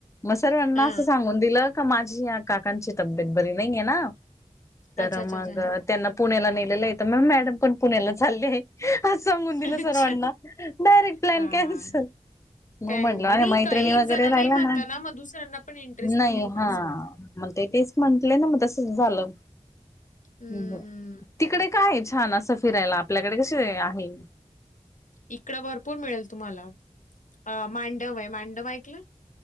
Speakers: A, on the left (about 25°); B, on the left (about 85°).
A: मग सर्वांना
B: हां.
A: असं सांगून दिलं का माझी या काकांची तब्येत बरी नाहीये ना
B: अच्छा,
A: तर
B: अच्छा,
A: मग
B: अच्छा. हां.
A: त्यांना पुण्याला नेलेलं आहे तर मग मॅडम पण पुण्याला चालले आहे. आसं सांगून दिलं
B: अच्छा.
A: सर्वांना डायरेक्ट प्लॅन
B: हां.
A: कॅन्सल.
B: त्यांनी
A: मग म्हटलं माझ्या मैत्रिणी
B: का एक
A: वगैरे
B: जण
A: राहिल्या
B: नाही म्हणता
A: ना
B: मग दुसऱ्यांना पण इंटरेस्ट
A: नाही
B: येत मग
A: हा.
B: असं होतं.
A: मग ते तेच म्हटले ना मग तसच झालं
B: हं,
A: हम्म तिकडे काय आहे छान असं फिरायला आपल्याकडे कसे आहे
B: इकड भरपूर मिळेल तुम्हाला मांडव आहे मांडव ऐकलं?